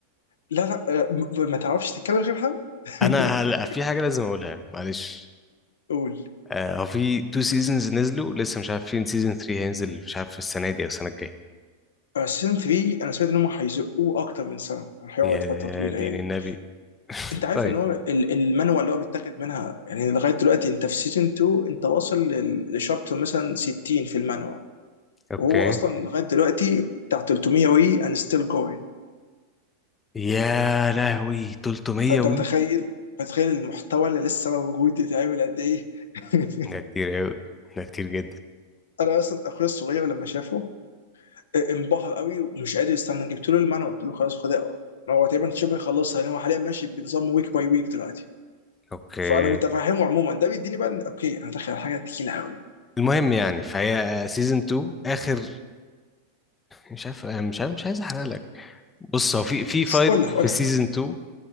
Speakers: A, on the left (about 65°); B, on the left (about 15°).
A: لا لا آه، م- م- ما تعرفش تتكلم غيرها <laughs>
B: انا هل... في حاجه لازم اقولها معلش
A: قول
B: آه، هو في تو سيزونز نزلوا لسه مش عارف فين سيزون 3 هينزل مش عارف السنه دي او السنه الجايه
A: سيزون 3 انا سمعت ان هم هيزقوه اكتر من سنه هيقعد
B: يا
A: فتره طويله
B: دين
A: يعني
B: النبي <laughs>
A: انت عارف
B: طيب
A: ان هو ال- المانوال اللي هو متاخد منها يعني لغايه دلوقتي انت في سيزون 2 انت واصل للشابتر مثلا 60 في المانوال
B: اوكي
A: وهو اصلا لغايه دلوقتي بتاع 300 وي اند ستيل جوينج
B: يا لهوي 300
A: فانت
B: وي
A: متخيل متخيل المحتوى اللي لسه موجود يتعمل قد ايه <laughs>
B: ده كتير قوي ده كتير جدا
A: انا اصلا اخويا الصغير لما شافه آه، انبهر قوي ومش قادر يستنى جبت له المانوال قلت له خلاص خد اقرا هو تقريبا شبه خلصها لان هو حاليا ماشي بنظام ويك باي ويك دلوقتي
B: اوكي
A: فانا متفهمه عموما ده بيديني بقى إن- اوكي انا داخل على حاجه تقيله قوي
B: المهم يعني فهي سيزون 2 اخر مش عارف مش عارف مش عايز احرق لك بص هو في في فايت
A: قولها
B: في
A: قولها
B: سيزون 2